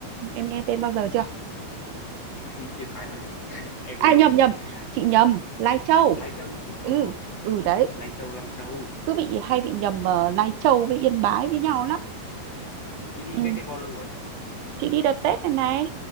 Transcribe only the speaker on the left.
<laughs> Yên Bái là <laughs> em
lên
đấy suốt
mà.
Lai Châu chứ
đúng không?
Lai Châu, Lai Châu.
Chị đi
cách đây bao lâu rồi?